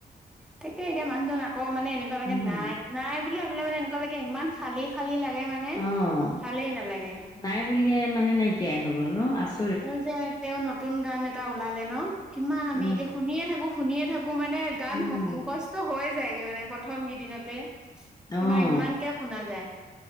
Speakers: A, in the centre; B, on the left.
A: তাকে এতিয়া মানুহজন আকৌ মানে এনেকুৱা লাগে
B: উম।
A: নাই নাই বুলি ভাবিলে মানে এনেকুৱা লাগে ইমান খালি খালি লাগে মানে
B: অ',
A: ভালেই নালাগে।
B: নাই বুলিয়ে মানে নাইকিয়াই হৈ গ'ল ন আছ
A: কোয় যে তেওঁ নতুন গান এটা ওলালে ন, কিমান আমি
B: উম,
A: একে শুনিয়ে থাকো শুনিয়ে থাকো মানে গান
B: উম,
A: হ মুখস্থ হৈ যায়গে মানে প্রথম কেইদিনতে। তোমাৰ
B: অ',
A: ইমানকে শুনা যায়